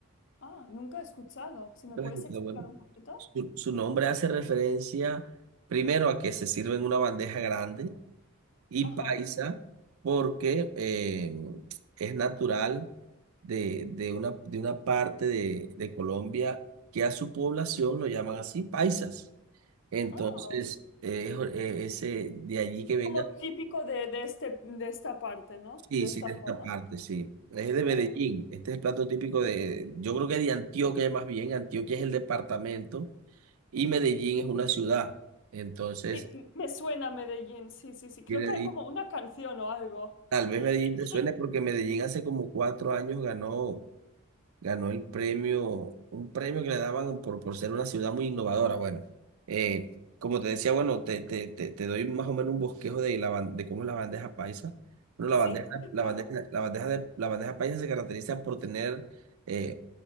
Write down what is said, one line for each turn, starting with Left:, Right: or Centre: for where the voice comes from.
Left: Ah, nunca he escuchado. Si me
Right: Pero,
Left: puedes explicar
Right: Bueno,
Left: un poquito.
Right: su, su nombre hace referencia primero a que se sirve en una bandeja grande y
Left: Ajá.
Right: paisa porque eh, es natural de, de una, de una parte de, de Colombia que a su población lo llaman así, paisas. Entonces,
Left: Ah,
Right: eh, jo- eh, ese, de allí que venga,
Left: como típico de, de este, de esta parte, ¿no?
Right: sí,
Left: De esta
Right: sí, de
Left: zona.
Right: esta parte, sí. Es de Medellín.
Left: Vale.
Right: Este es el plato típico de, yo creo que de Antioquia más bien. Antioquia es el departamento y Medellín es una ciudad. Entonces,
Left: Sí, m- me suena Medellín, sí, sí, sí. Creo
Right: viene
Left: que
Right: de
Left: hay
Right: ahí.
Left: como una canción o algo.
Right: Tal vez Medellín
Left: <laughs>
Right: te suene porque Medellín hace como cuatro años ganó. ganó el premio, un premio que le daban por, por ser una ciudad muy innovadora. Bueno, eh, como te decía, bueno, te, te, te, te doy más o menos un bosquejo de, la, ban- de cómo es la bandeja paisa. Bueno,
Left: Sí,
Right: la bandeja,
Left: sí,
Right: la
Left: claro.
Right: bandeja, la bandeja, de, la bandeja paisa se caracteriza por tener eh,